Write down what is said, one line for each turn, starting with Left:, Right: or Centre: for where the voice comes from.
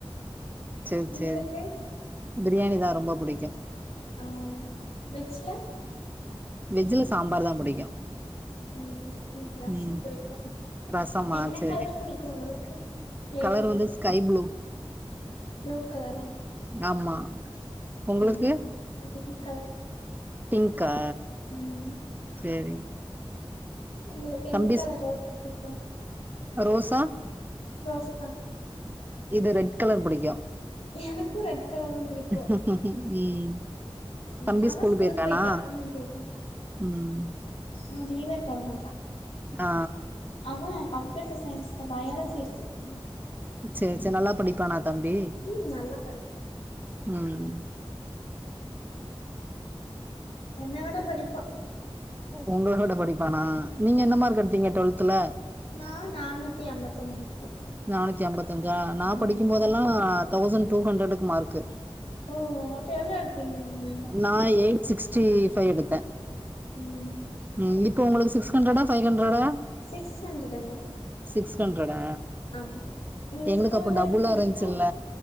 Right: சேரி
Left: உங்களுக்கு
Right: சேரி பிரியாணிதா ரொம்போ புடிக்கு
Left: ஆ வெஜ்ஜுல
Right: வெஜ்ல சாம்பார்தா புடிக்கு
Left: உம் எனக்கு ரசம்
Right: ம்
Left: புடிக்கு
Right: ரசமா
Left: என்ன
Right: சேரி
Left: கலர் புடிக்கு உங்களுக்கு ஃபேவரட்
Right: கலர் வந்து ஸ்கை ப்ளூ
Left: ப்ளூ கலரா
Right: ஆமா உங்களுக்கு
Left: உம் பிங்க் கலர்
Right: பிங்க்கா
Left: உம்
Right: சேரி
Left: உங்களுக்கு என்ன
Right: தம்பி
Left: கலர் ரோஸ் பிடிக்கு
Right: ரோசா
Left: ரோஸ்தா
Right: இது ரெட் கலர் புடிக்கு
Left: எனக்கு ரெட் கலர் தா புடிக்கு
Right: உ உம்
Left: ம்
Right: தம்பி
Left: அவ
Right: ஸ்கூல் போயிருக்கானா
Left: போயிட்டா ம் போயிட்டா
Right: உம்
Left: அவ லீவே போட மாட்டா
Right: ஆ
Left: அவ கம்ப்யூட்டர் சயின்ஸில்ல பயாலஜி எடுத்துருக்கா
Right: சரி சரி நல்லா படிப்பானா தம்பி
Left: ம் நல்லா படிப்பா
Right: உம்
Left: என்ன விட படிப்பா
Right: உங்களவிட படிப்பானா நீங்க என்ன மார்க் எடுத்தீங்க டுவெல்த்துல
Left: நா நானூத்தி ஐம்பத்தி அஞ்சு எடுத்தே
Right: நானூத்தி அம்பத்தி அஞ்சா நா
Left: ம்
Right: படிக்கும் போதெல்லா தௌசண்ட் டூ ஹண்ட்ரடுக்கு மார்க்கு
Left: ஓ அப்ப எவ்வுளோ எடுத்தீங்க நீங்க
Right: நா எயிட் சிக்ஸ்டி ஃபைவ் எடுத்தே
Left: ம்
Right: ம் இப்போ உங்களுக்கு சிக்ஸ் ஹண்ட்ரடா வைவ் ஹண்ட்ரடா
Left: சிக்ஸ் ஹண்ட்ரடுங்க
Right: சிக்ஸ் ஹண்ட்ரடா
Left: ஆமா உங்களுக்கு
Right: எங்களுக்கு
Left: ஸ்கூல்
Right: அப்ப
Left: லைஃப்
Right: டபுளா
Left: பிடிக்குமா
Right: இருந்துச்சுல்ல